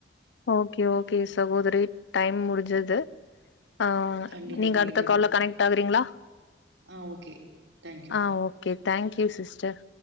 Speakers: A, on the left; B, on the right.
A: ஓகே ஓகே சகோதரி டைம் முடிஞ்சுது ஆ
B: கண்டிப்பா கண்டிப்பா.
A: நீங்க
B: மீண்டும்
A: அடுத்த கால்ல கனெக்ட் ஆகுறீங்களா
B: ஆ ஓகே. Thank you.
A: ஆ ஓகே தேங்க்யூ சிஸ்டர்